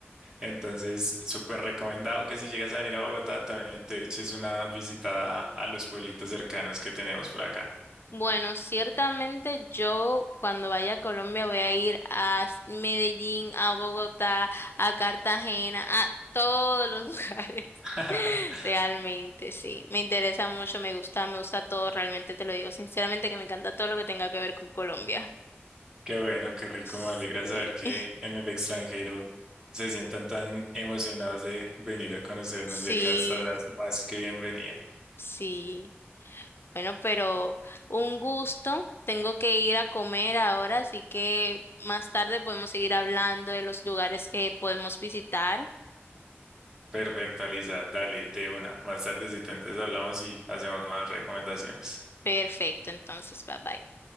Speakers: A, on the right (about 15°); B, on the left (about 60°).
A: Entonces, súper recomendado que si llegas a venir a Bogotá, también te eches una visitada a los pueblitos cercanos que tenemos por acá.
B: Bueno, ciertamente yo cuando vaya a Colombia voy a ir a s- Medellín, a Bogotá, a Cartagena, a todos los <laughs> lugares.
A: <laughs>
B: Realmente, sí. Me interesa mucho, me gusta, me gusta todo. Realmente te lo digo sinceramente que me encanta todo lo que tenga que ver con Colombia.
A: Qué bueno, qué rico,
B: Sí,
A: me alegra saber que
B: <laughs>
A: en el extranjero se sientan tan emocionados de venir a conocernos
B: sí,
A: y acá estarás más que bienvenida.
B: sí. Bueno, pero un gusto. Tengo que ir a comer ahora, así que más tarde podemos seguir hablando de los lugares que podemos visitar.
A: Perfecto, Alisa, dale, de una. Más tardecito entonces hablamos y hacemos más recomendaciones.
B: Perfecto, entonces, bye bye.